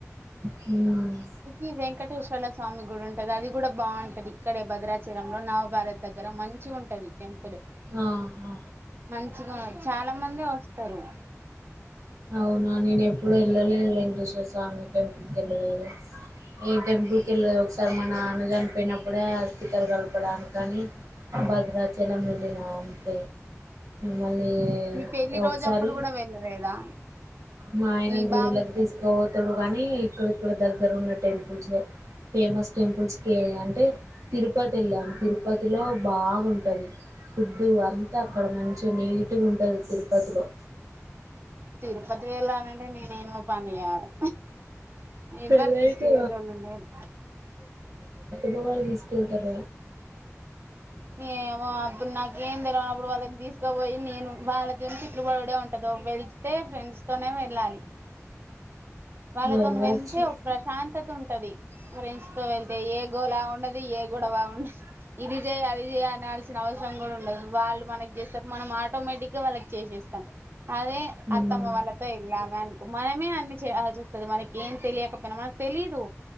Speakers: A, on the right; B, on the right.
A: హ్మ్
B: ఈ వెంకటేశ్వర్ల స్వామి గుడి ఉంటది. అది గూడా బావుంటది. ఇక్కడే భద్రాచలంలో, నవభారత్ దగ్గర మంచిగుంటది. టెంపులు
A: ఆహా
B: మంచిగా ఉ చాలా మందే వస్తారు.
A: అవునా నేను ఎప్పుడూ ఏళ్ళలేద్ వెంకటేశ్వర స్వామి టెంపుల్కేళ్ళలేదు. ఏ టెంపుల్కేళ్ళలే ఒకసారి మా నాన్న చనిపోయినప్పుడే. ఆ అస్థికలు కలపడానికి కానీ భద్రాచలం వెళ్ళిన. ఆంత మళ్ళీ
B: మీ పెళ్లి రోజు
A: ఒకసారి
B: అప్పుడు కూడా వెళ్ళలేదా
A: మా ఆయన
B: మీ
A: గుడిళకి
B: బాబు
A: తీసుకుపోతాడు గానీ ఇక్కడక్కడ దగ్గర ఉన్నట్టు టెంపుల్స్ ఫేమస్ టెంపుల్స్కి అంటే తిరుపతి వెళ్ళాము తిరుపతిలో బాగుంటుంది ఫుడ్డు అంతా అక్కడ మంచిగా నీట్ పటిగ గాతిరుపతిలో
B: తిరుపతి వెళ్ళానండి నే నేనేమో పనియారు ఎవ్వరు
A: పెళ్ళయితే
B: తీసుకెళ్ళతు లేరు
A: గాలు తీసుకెళ్తార
B: ఏ అ నాకు ఏము తెలవనప్పుడు వాలాను పోయి నేను వలతిని తట్లుబాడే ఉంటదో వెళ్తే ఫ్రెండ్స్ తనే వెళ్ళాలి వాళ్ళతో
A: వెళ్ళొచ్చు
B: వెళ్తే ఒక ప్రశాంతత ఉంటది ఫ్రెండ్స్ తో వెళ్తే ఏ గోలా ఉండదు ఏ గోడవ ఉండదు ఇది య అది చేయ అనల్సిన అవసరం కూడా ఉండదు వాళ్ళు మనకి చేస్తారు మనం ఆటోమేటిక్గా వాళ్ళకి చేసేస్తాం అదే
A: ఉమ్
B: అత్తమ్మ వాళ్ళతో ఇళ్లామే అనుకో మనమే అన్ని చేయాల్సి వస్తది మనకి ఏం తెలియకపోయినా మనకు తెలీదు